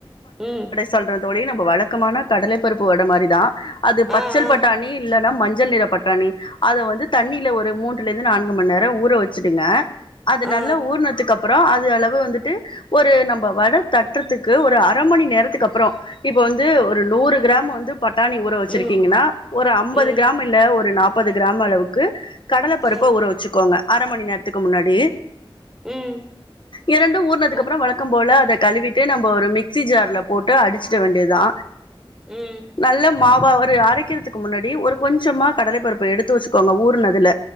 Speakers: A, in the centre; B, on the left.
A: ம்
B: சொல்றே தோழி நம்ம வழக்கமான கடலை பருப்பு வட மாரிதா அது பச்சல்பட்டாணி
A: ஆ ஆ
B: இல்லன்னா மஞ்சள் நிற பட்டாணி அத வந்து தண்ணீல ஒரு மூன்றுல இருந்து நான்கு மண்நேரோ ஊற வெச்சிடுங்க அது
A: ஆ ஆ
B: நல்லா ஊர்னதுக்கு அப் அப்புறோ அது அளவு வந்துட்டு ஒரு நம்ம வட தட்டுறதுக்கு ஒரு அர மணி நேரத்துக்கு அப்புறோ இப்ப வந்து ஒரு நூறு க்ராம் வந்து பட்டாணி ஊ ற வெச்சிருக்கீங்கன்னா
A: ம்
B: ஒரு அம்பது
A: ம்
B: க்ராம் இல்ல ஒரு நாப்பது க்ராம் அளவுக்கு கடல பருப்ப
A: ம்
B: ஊற வெச்சுக்கோங்க அர மணி நேரத்துக்கு முன்னாடி
A: ம்
B: இரண்டு ஊற்னதுக்கு
A: ம்
B: அப்புறோ வழக்கம்போல அத கழுவிட்டு நம்ம ஒரு மிக்சி ஜார்ல போட்டு அடிச்சிட வேண்டிதா
A: ம்
B: நல்ல மாவாவ ஒரு அரைக்கிறதுக்கு முன்னாடி ஒரு கொஞ்சமா கடலை பருப்பு எடுத்து வெச்சுக்கோங்க ஊறுனதுல